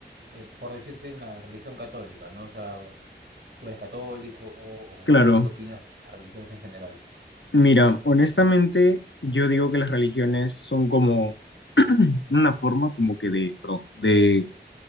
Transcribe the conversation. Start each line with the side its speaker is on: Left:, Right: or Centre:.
Right: eh, por decirte, en la religión católica, ¿no? O sea, ¿tú eres católico o
Left: claro.
Right: o qué opinas de las religiones en general?
Left: Mira, honestamente, yo digo que las religiones son como una forma como que de, perdón, de